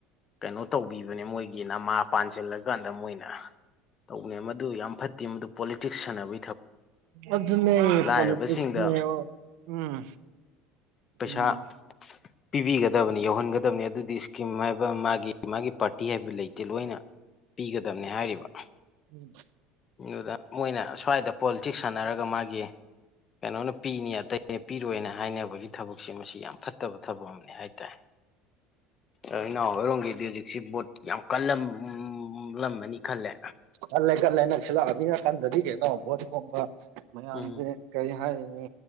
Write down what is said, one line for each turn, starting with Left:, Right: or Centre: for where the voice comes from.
Left: ꯀꯩꯅꯣ ꯇꯧꯕꯤꯕꯅꯦ ꯃꯣꯏꯒꯤ ꯅꯃꯥ ꯄꯥꯟꯁꯤꯜꯂꯒ ꯀꯥꯟꯗ ꯃꯣꯏꯅ ꯇꯧꯕꯅꯦ ꯃꯗꯨ ꯌꯥꯝ ꯐꯠꯇꯦ ꯃꯗꯨ ꯄꯣꯂꯤꯇꯤꯛꯁ ꯁꯥꯟꯅꯕ
Right: ꯑꯗꯨ ꯑꯗꯨ ꯅ
Left: ꯂꯥꯏꯔꯕꯁꯤꯡꯗ
Right: ꯄꯣꯂꯤꯇꯤꯁ ꯅ ꯎꯝ
Left: ꯄꯩꯁꯥ
Right: ꯎꯝ
Left: ꯄꯤꯕꯤꯒꯗꯕꯅꯤ ꯌꯧꯍꯟꯒꯗꯕꯅꯤ ꯑꯗꯨꯗꯤ ꯏꯁꯀꯤꯝ ꯍꯥꯏꯕ ꯃꯥꯒꯤ ꯃꯥꯒꯤ ꯄꯥꯔꯇꯤ ꯍꯥꯏꯕ ꯂꯩꯇꯦ ꯂꯣꯏꯅ ꯄꯤꯒꯗꯕꯅꯤ ꯍꯥꯏꯔꯤꯕ
Right: ꯎꯝ
Left: ꯑꯗꯨꯗ ꯃꯣꯏꯅ ꯁ꯭ꯋꯥꯏꯗ ꯄꯣꯂꯤꯇꯤꯛꯁ ꯁꯥꯟꯅꯔꯒ ꯃꯥꯒꯤ ꯀꯩꯅꯣꯅ ꯄꯤꯅꯤ ꯑꯇꯩ ꯂꯦꯞꯄꯤꯔꯣꯅ ꯍꯥꯏꯅꯕꯒꯤ ꯊꯕꯛꯁꯦ ꯃꯁꯤ ꯌꯥꯝ ꯐꯠꯇꯕ ꯊꯕꯛ ꯑꯃꯅꯤ ꯍꯥꯏꯇꯥꯔꯦ ꯑꯩꯅ ꯑꯣꯏꯔꯣꯡꯒꯤꯗꯤꯖꯤ ꯁꯤ ꯕꯣꯠ ꯌꯥꯝ ꯀꯜꯂꯝꯂꯝꯃꯅꯤ ꯈꯜꯂꯦ
Right: ꯀꯠ ꯂꯩ ꯀꯠ ꯂꯩꯅꯛꯁꯤ ꯂꯥꯛꯑꯃꯤ ꯅꯥꯀꯟꯗꯗꯤ ꯀꯩꯅꯣ ꯚꯣꯠꯀꯣꯕ ꯃꯌꯥꯝꯁꯦ
Left: ꯎꯝ
Right: ꯀꯔꯤ ꯍꯥꯏꯔꯤꯅꯤ